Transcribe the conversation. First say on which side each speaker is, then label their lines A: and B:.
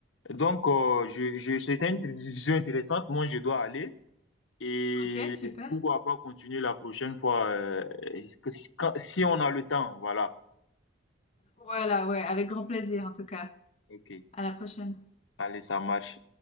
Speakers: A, on the left; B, on the left.
A: Donc, euh, je, je, c'était une discussion intéressante. Moi, je dois aller. Et
B: Ok, super.
A: pourquoi pas continuer la prochaine fois, euh, que si quand- si on a le temps, voilà.
B: Voilà, ouais, avec grand plaisir, en tout cas.
A: Ok,
B: À la prochaine.
A: allez, ça marche.